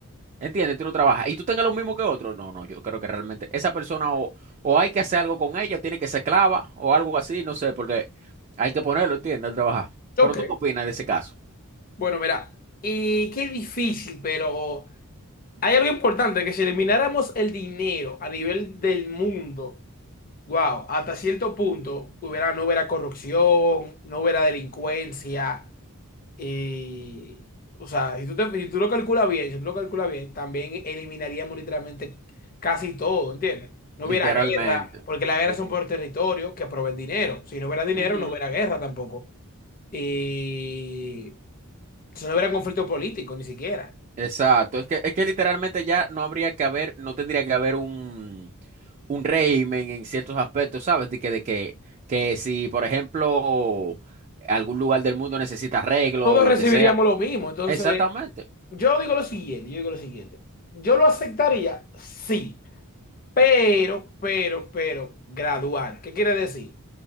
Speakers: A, on the right; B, on the left.
A: Entiendes, tú no trabajas. Y tú tengas lo mismo que otro. No, no, yo creo que realmente esa persona o, o hay que hacer algo con ella, o tiene que ser esclava, o algo así, no sé, porque hay que ponerlo, ¿entiendes? A trabajar.
B: Ok.
A: Pero tú qué opinas de ese caso,
B: Bueno, mira. Y qué difícil, pero. Hay algo importante, que si elimináramos el dinero a nivel del mundo, wow, hasta cierto punto hubiera, no hubiera corrupción, no hubiera delincuencia. eh, o sea, si tú, te- si tú lo calculas bien, si tú lo calculas bien, también eliminaríamos literalmente casi todo, ¿entiendes? No
A: literalmente.
B: hubiera guerra, porque las guerras
A: Lite-
B: son por territorio que proveen dinero. Si no hubiera dinero,
A: Ujú,
B: no hubiera guerra tampoco. Y si no hubiera conflicto político, ni siquiera.
A: Exacto. Es que, es que literalmente ya no habría que haber, no tendría que haber un, un régimen en ciertos aspectos, ¿sabes? De que, de que, que si, por ejemplo, algún lugar del mundo necesita arreglo
B: Todos
A: o lo
B: recibiríamos
A: que sea.
B: lo mismo, entonces...
A: Exactamente.
B: Yo digo lo siguiente, yo digo lo siguiente. Yo lo aceptaría, sí, pero, pero, pero, gradual. ¿Qué quiere decir?